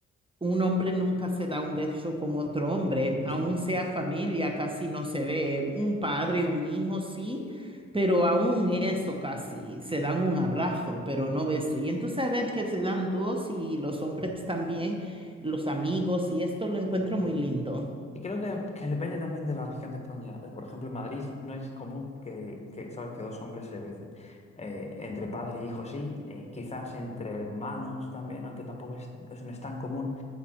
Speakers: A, on the right; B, on the left.
A: Un hombre nunca se da un beso con otro hombre, aún
B: Ya.
A: sea familia, casi no se ve. Un padre, un hijo, sí, pero aún eso casi. Se dan un abrazo, pero no beso. Y entonces a ver que se dan dos y los hombres también, los amigos,
B: Mm.
A: y esto lo encuentro muy lindo.
B: Y creo que, que depende también de la región de España. Eh, Por ejemplo, en Madrid no es común que, que, sabes, que dos hombres se besen. Eh, entre padres e hijos sí, eh, quizás entre hermanos también, aunque tampoco es, eso no es tan común.